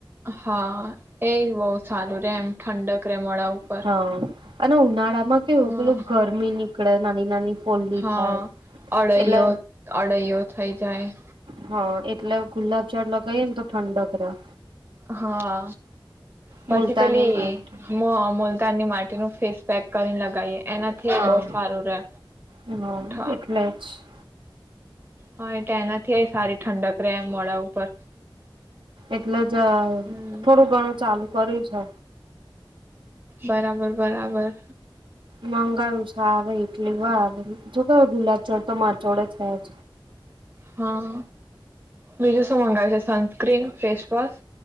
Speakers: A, on the right (about 25°); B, on the right (about 70°).
A: હા એજ બહુ સારું રે એમ ઠંડક રે મોડા ઉપર
B: હા અને ઉનાળા માં કેવું
A: હા
B: પેલું ગરમી ની કડે નાની નાની ફોલ્લી
A: હા,
B: થાય
A: અળૈયો
B: એટલે
A: અળૈયો થઈ જાય.
B: હા, એટલે ગુલાબ જળ લગાઈએ ને તો ઠંડક રહે.
A: હા, પછી
B: મુલતાની
A: પેલી
B: માટે
A: મો-મુલતાની માટેનું ફેસ પેક કર કરીએ એનાથી
B: હા
A: બહુ સારું રે.
B: હમ
A: ઠ
B: એટલે જ
A: હા. તો એનાથી એ સારી ઠંડક રહેે એમ મોડા ઉપર.
B: એટલે જ
A: હમ્મ.
B: થોડું ઘણું ચાલુ કર્યું છે.
A: બરાબર બરાબર.
B: મંગાયું છે આવે ઇટલી વાર હમ્મ. જો પેડ ગુલાબ જળ તો માર જોડે છેજ.
A: હા, બીજું શું માંગ્યું છે સનસ્ક્રીન, ફેસવોશ?